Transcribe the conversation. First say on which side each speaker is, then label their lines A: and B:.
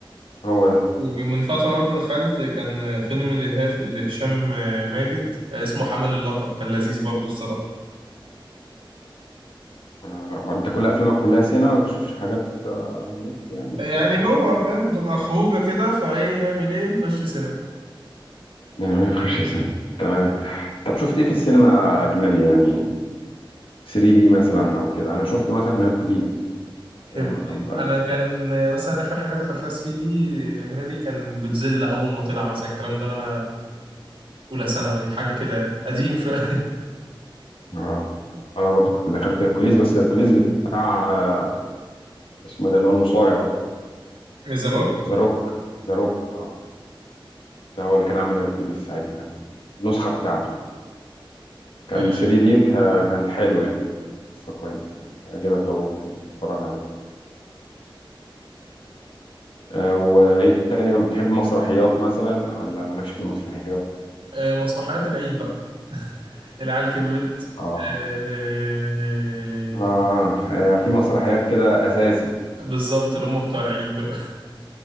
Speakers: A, on the left; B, on the right.
A: هو ده
B: ومن فترة برضه دخلت كان فيلم لهاش- لهشام ماجد اسمه حامل اللقب كان لذيذ برضه الصراحة
A: آه، لا بقى انت كل افلامك كلها سينما ما بتشوفش حاجات آه، نت يعني وكده
B: يعني هو فاهم بتبقى خروجة كده فايه نعمل ايه نخش سينما
A: يعني ما بخش سينما تمام طب شفت ايه في السينما اجنبي يعني 3 دي مثلا او كده انا شفت مثلا هيركليز
B: هبكي.
A: ايام ما كان طالع
B: <laughs> انا كان مثلا اخر حاجة دخلتها 3 دي اجنبي كان جودزيلا اول ما طلع مثلا الكلام ده وانا اولى ثانوي حاجة كده يعني. قديم شوية <laughs>
A: اه انا برضو كنت دخلت هيركليز بس هيركليز بتاع آه، اسمه ايه ده اللي هو المصارع ده
B: ذا روك
A: ذا روك ذا روك اه ده هو اللي كان عامل هيركليز ساعتها يعني النسخة بتاعته يعني. كان
B: آه،
A: 3 دي وتح- كانت حلوة يعني قصة كويسة هيعجبك لو حبيت تتفرج عليه آه، وايه تاني بتحب مسرحيات مثلا ولا مالكش في المسرحيات
B: آه، مسرحيات العيد بقى <laughs> العيال كبرت
A: اه
B: آه،
A: اه آه، في مسرحيات كده اساسي
B: آه، بالظبط اللي هم بتوع العيد دول